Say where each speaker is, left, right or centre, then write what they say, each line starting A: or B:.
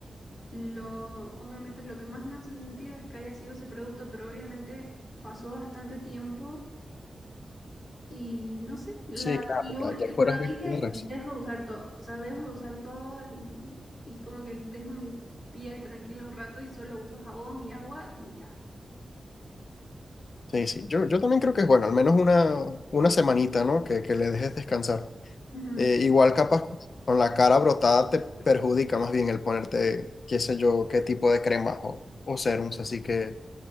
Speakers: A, on the left; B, on the left.
A: Lo, obviamente lo que más me hace sentido es que haya sido ese producto, pero obviamente pasó bastante tiempo y no sé, la,
B: Sí, claro,
A: lo-
B: ya, ya fueras
A: pero
B: visto
A: dije,
B: de res.
A: dejo de usar todo, o sea, dejo de usar todo y, y como que dejo mi piel tranquila un rato y solo uso jabón y agua y ya.
B: Sí, sí, yo, yo también creo que es bueno, al menos una, una semanita, ¿no? Que, que le dejes descansar.
A: Ujú.
B: Eh, igual capaz con la cara brotada te perjudica más bien el ponerte, qué sé yo, qué tipo de cremas o, o serums, así que